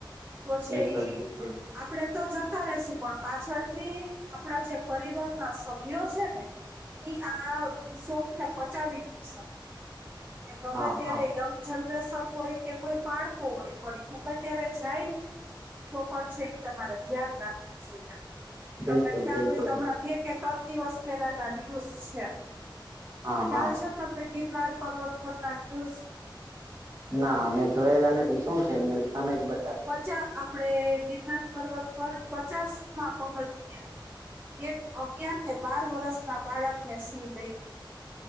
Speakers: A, on the right; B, on the right.
A: તો છે
B: બિલકુલ
A: ઈ
B: બિલકુલ
A: આપ પડે તો જતા રેશું પણ પાછળથી આપડા જે પરિવારના સભ્યો છે ને ઇ આ શોકને પચાવી ની શકે ને ગમે
B: હા
A: ત્યારે
B: હા
A: યંગ જનરેશન હોય કે કોઈ પાળકુ હોય પડી ગમે ત્યારે જાયને તો પણ છે ઈ તમારે ધ્યાન રાખવું જોઈએ.
B: બિલકુલ
A: તમને ખ્યાલ
B: બિલકુલ
A: હોય તો હમણાં બે કે તન દિવસ પેલાના ન્યૂઝ છે,
B: હા
A: ખ્યાલ
B: હા
A: છે? તમને ગિરનાર પર્વત પરના ન્યુઝ
B: ના મેં જોયેલા નથી શું છે ન્યુઝ તમેજ બ
A: પચા આપડે ગિરનાર પર્વત પર પચાસમાં પગથીએ એક અગિયાર કે બાર વરષના બાળકને સિંહ લઈ ગ